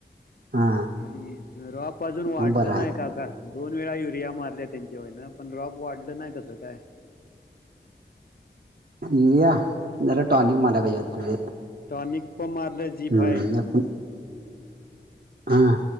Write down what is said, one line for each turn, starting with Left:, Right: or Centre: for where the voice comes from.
Right: हा
Left: आणि रॉप अजून वाढलं
Right: मग बरं आहे
Left: नाही का का? दोन वेळा युरिया मारल्या त्यांच्यावरण पण रॉप वाढलं नाही कसं काय?
Right: युरिया जरा टॉनिक माराय पाहिजे होत ते.
Left: टॉनिक पण मारलं जी
Right: हम्म
Left: फाय.
Right: एकूण हा!